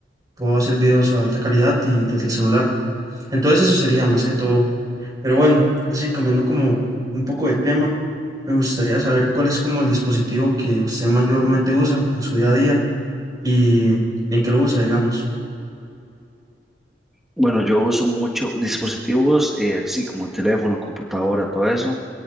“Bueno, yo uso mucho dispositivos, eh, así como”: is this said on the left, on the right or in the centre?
Centre